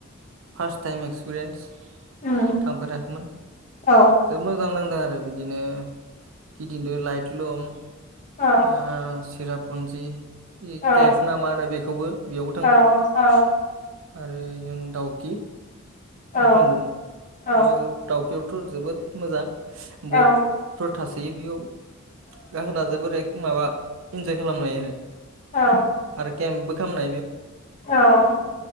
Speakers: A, on the right; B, on the left.
A: फार्स्ट टाइम एक्स पिरेन्टस
B: उम
A: थांफेराखैमोन
B: औ
A: जोब मोजां नांदो ओ बिदिनो। गिदिंदो लायट लुम।
B: औ
A: ओ सिरापुजि
B: औ
A: केफ ना मा होनो बेखौबो बेयावबो थांदों
B: औ औ
A: आरो उम दाउकि।
B: औ
A: आव थांदोंमोन
B: औ
A: बेयाव दावकियावथ' जोबोद मोजां
B: औ
A: बटफोर थासोयो बेयाव। जाहोना जोबोर एक माबा इन्जय खालामनो हायो आरो।
B: औ
A: आरो केम्पबो खालामनो
B: औ औ।